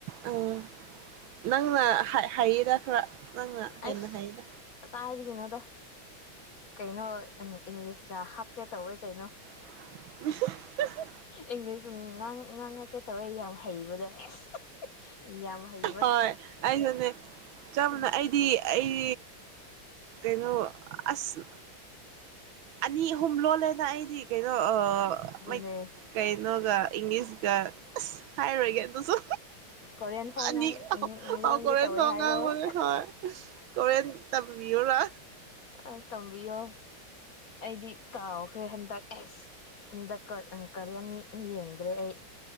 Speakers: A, on the right (about 70°); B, on the left (about 55°).
A: ꯑꯪ ꯅꯪꯅ ꯍꯩ ꯍꯩꯌꯦꯗ ꯈꯔ ꯅꯪꯅ ꯍꯦꯟꯅ
B: ꯑꯁ
A: ꯍꯩꯗ
B: ꯀꯇꯥꯏꯗꯒꯤꯅꯣꯗ ꯀꯩꯅꯣ ꯑꯝ ꯏꯪꯂꯤꯁꯇ ꯍꯥꯞꯀꯦ ꯇꯧꯋꯦ ꯀꯩꯅꯣ
A: <unintelligible>
B: ꯏꯪꯂꯤꯁ ꯁꯨꯝ ꯉꯥꯡꯉꯛ ꯉꯥꯡꯉꯛꯀꯦ ꯇꯧꯋꯦ ꯌꯥꯝ ꯍꯩꯕꯗꯣ ꯑꯦꯁ ꯌꯥꯝ ꯍꯩ
A: ꯍꯣꯏ ꯑꯩꯁꯨꯅꯦ ꯆꯝꯅ
B: ꯎꯝ
A: ꯑꯩꯗꯤ ꯑꯩ ꯀꯩꯅꯣ ꯑꯁ ꯑꯅꯤ ꯑꯍꯨꯝ ꯂꯣꯜꯂꯦꯗ ꯑꯩꯗꯤ ꯀꯩꯅꯣ ꯑ
B: ꯑꯗꯨꯅꯦ
A: ꯀꯩꯅꯣꯒ ꯏꯪꯂꯤꯁꯒ ꯑꯁ ꯍꯥꯏꯔꯣꯏꯒꯦ ꯑꯗꯨꯁꯨ
B: ꯀꯣꯔꯤꯌꯟ ꯐꯥꯎ
A: ꯑꯅꯤꯈ
B: ꯉꯥꯡ ꯂꯣꯟꯒꯦ ꯇꯧꯋꯦ ꯍꯥꯏꯌꯣ
A: <unintelligible> ꯀꯣꯔꯦꯟ ꯇꯝꯕꯤꯌꯨꯂꯥ
B: ꯑꯩ ꯇꯝꯕꯤꯌꯣ ꯑꯩꯗꯤ ꯀꯥꯎꯈ꯭ꯔꯦ ꯍꯟꯗꯛ ꯑꯦꯁ ꯍꯟꯗꯛ ꯀꯣ ꯎꯪ ꯀꯔꯤꯌꯔꯅꯤ ꯌꯦꯡꯗ꯭ꯔꯦ ꯑꯩ